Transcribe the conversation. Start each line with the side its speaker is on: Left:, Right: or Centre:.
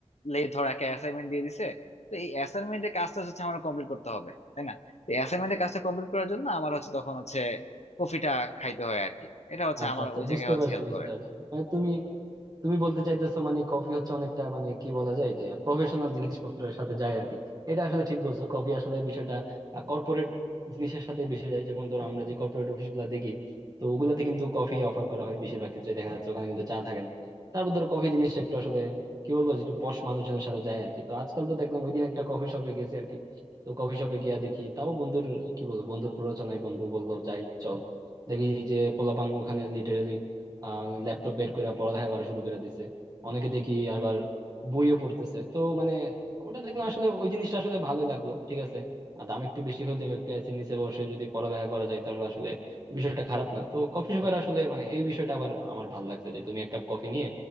Left: লেট ধরো একটা অ্যাসাইনমেন্ট দিয়ে দিছে তো এই অ্যাসাইনমেন্টের কাজটা হচ্ছে আমার কমপ্লিট করতে হবে তাই না তো অ্যাসাইনমেন্টের কাজটা কমপ্লিট করার জন্য আমার হচ্ছে তখন হচ্ছে কফিটা খাইতে হয় আর কি এটা হচ্ছে
Right: আচ্ছা
Left: আমার
Right: আচ্ছা
Left: ওই জায়গায়
Right: বুঝতে
Left: হচ্ছে
Right: পারছি
Left: হেল্প
Right: বুঝতে
Left: করে
Right: পারছি মানে তুমি তুমি বলতে চাইতেছো মানে কফি হচ্ছে অনেকটা মানে কি বলা যায় যে প্রফেশনাল জিনিসপত্রের সাথে যায় আর কি এটা আসলে ঠিক বলছো কফি আসলে বিষয়টা কর্পোরেট জিনিসের সাথে বেশি যায় যেমন ধরো আমরা যে কর্পোরেট অফিস গুলা দেখি তো ওগুলাতে কিন্তু কফি অফার করা হয় বেশিরভাগ ক্ষেত্রে দেখা যাচ্ছে ওখানে কিন্তু চা থাকে না তারপর ধরো কফি জিনিসটা একটু আসলে কি বলবো যে একটু পশ মানুষজনের সাথে যায় আর কি তো আজকাল তো দেখলাম ওইদিন একটা কফি শপে গেছি আর কি তো কফি শপে গিয়া দেখি তাও বন্ধুর কি বলবো বন্ধুর প্ররোচনায় বন্ধু বললো যাই চল দেখি যে পোলাপান ওখানে লিটারেলি ল্যাপটপ বের করে পড়ালেখা করা শুরু করে দিছে অনেকে দেখি আবার বইও পড়তেছে তো মানে ওটা দেখলাম আসলে ওই জিনিসটা আসলে ভালোই লাগলো ঠিক আছে আর দাম একটু বেশি হলেও একটু এসির নিচে বসে যদি পড়ালেখা করা যায় তাহলে আসলে বিষয়টা খারাপ না তো কফি শপের আসলে মানে এই বিষয়টা আবার আমার ভালো লাগছে যে তুমি এক কাপ কফি নিয়ে